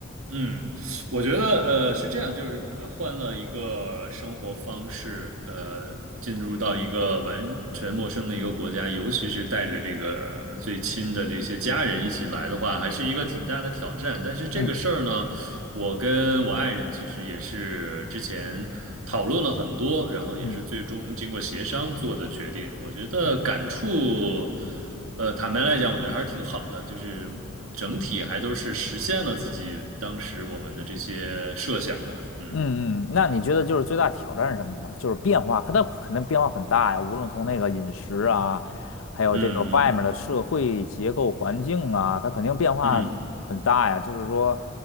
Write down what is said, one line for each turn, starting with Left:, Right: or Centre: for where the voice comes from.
Right: 嗯，我觉得呃是这样，就是呃换了一个生活方式，呃，进入到一个完全陌生的一个国家，尤其是带着这个最亲的这些家人一起来的话，还是一个挺大的挑战。但是这个事儿呢，
Left: 嗯
Right: 我跟我爱人其实也是之前讨论了很多，然后也是最终经过协商做的决定。
Left: 嗯
Right: 我觉得感触，
Left: 嗯
Right: 呃，坦白来讲，我觉得还是挺好的，就是整体还都是实现了自己当时我们的这些设想吧。嗯
Left: 嗯嗯，那你觉得就是最大挑战是什么吗？就是变化，可它肯定变化很大呀，无论从那个饮食啊，还有这个外面的社会结构环境啊，
Right: 嗯
Left: 它肯定变化很大呀。
Right: 嗯嗯，
Left: 就是说，